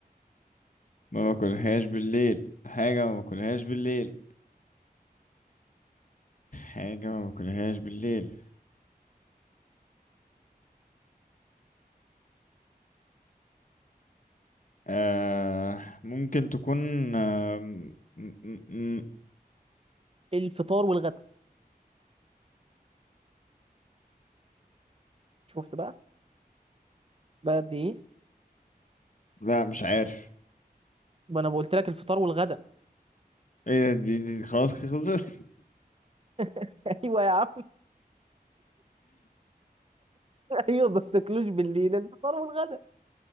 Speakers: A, on the left (about 55°); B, on the right (about 35°).
A: ما باكلهاش بالليل حاجه ما باكلهاش بالليل حاجه ما باكلهاش بالليل آه ممكن تكون آه م م م
B: الفطار والغدا شفت بقى بقى قد ايه
A: لا مش عارف
B: ما انا قلت لك الفطار والغدا
A: ايه دي, دي خلاص خلصت
B: <laughs> ايوه يا عم ايوه ما تاكلوش بالليل الفطار والغدا